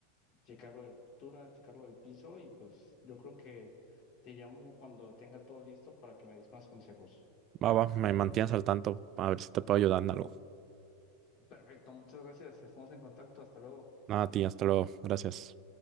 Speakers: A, on the left; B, on the right.
A: checar lo de la pintura, checar lo del piso y pues yo creo que te llamo cuando tenga todo listo para que me des más consejos.
B: Va, va, me mantienes al tanto, a ver si te puedo ayudar en algo.
A: Perfecto, muchas gracias. Estamos en contacto. Hasta luego.
B: Nada, a ti, hasta luego. Gracias.